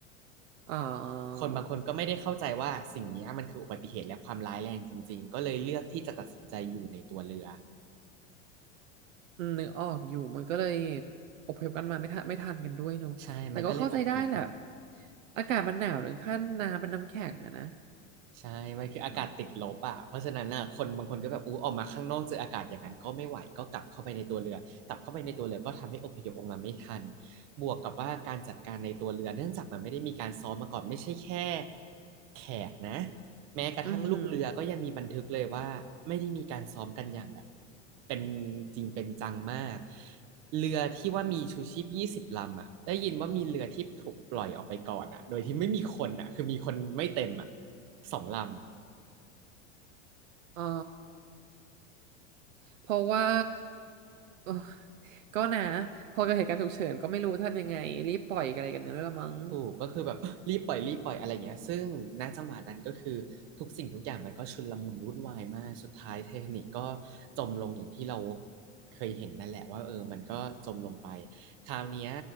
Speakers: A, on the right; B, on the right.
A: อ่า
B: คนบางคนก็ไม่ได้เข้าใจว่าสิ่งเนี้ยมันคืออุบัติเหตุและความร้ายแรงจริงๆก็เลยเลือกที่จะตัดสินใจอยู่ในตัวเรือ
A: อืมนึกออกอยู่มันก็เลยอพยพกันมาไม่ทันไม่ทันกันด้วยเนอะแต่ก็เข้าใจได้แหละ
B: ใช่มันก็เลยอพยพมา
A: อากาศมันหนาวถึงขั้นน้ำเป็นน้ำแข็งอะนะ
B: ใช่มันคืออากาศติดลบอ่ะเพราะฉะนั้นน่ะคนบางคนก็แบบอู้ออกมาข้างนอกเจออากาศอย่างนั้นก็ไม่ไหวก็กลับเข้าไปในตัวเรือกลับเข้าไปในตัวเรือก็ทำให้อพยพออกมาไม่ทัน
A: อืม
B: บวกกับว่าการจัดการในตัวเรือเนื่องจากมันไม่ได้มีการซ้อมมาก่อนไม่ใช่แค่แขกนะแม้กระทั่งลูกเรือก็ยังมีบันทึกเลยว่าไม่ได้มีการซ้อมกันอย่างแบบ
A: อือหือ
B: เป็นจริงเป็นจังมากเรือที่ว่ามีชูชีพยี่สิบลำอ่ะได้ยินว่ามีเรือที่ถูกปล่อยออกไปก่อนอ่ะโดยที่ไม่มีคนอ่ะคือมีคนไม่เต็มอ่ะ สองลำ
A: อ๋อ เพราะว่าเออก็นะพอเกิดเหตุการณ์ฉุกเฉินก็ไม่รู้จะทำยังไงรีบปล่อยอะไรกันเนี่ยละมั้ง
B: ถูกก็คือแบบ <gasps> <laughs> รีบปล่อยรีบปล่อยอะไรเงี้ยซึ่งณจังหวะนั้นก็คือทุกสิ่งทุกอย่างมันก็ชุลมุนวุ่นวายมากสุดท้ายไททานิกก็จมลงอย่างที่เราเคยเห็นนั่นแหละว่าเออมันก็จมลงไปคราวเนี้ย